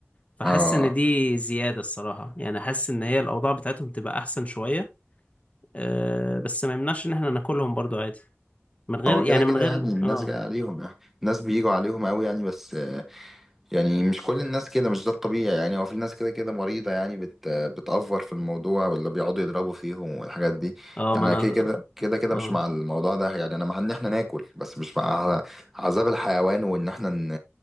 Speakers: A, on the left; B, in the centre.
A: فحاسس
B: اه
A: ان دي زيادة الصراحة يعني حاسس ان هي الاوضاع بتاعتهم تبقى احسن شوية أه بس ما يمنعش ان احنا ناكلهم برضو عادي من غير
B: هو
A: يعني
B: كده كده
A: من غير
B: يعني الناس
A: اه
B: جايه عليهم يعني الناس بيجوا عليهم قوي يعني بس آه، يعني مش كل الناس كده مش ده الطبيعي يعني هو في ناس كده كده مريضه يعني بت بتأفور في الموضوع ولا بيقعدوا يضربوا فيهم والحاجات دي
A: اه
B: يعني
A: ما انا
B: انا كده كده كده كده
A: اه
B: مش مع الموضوع ده يعني انا مع ان احنا ناكل بس مش مع عذاب الحيوان وان احنا ن-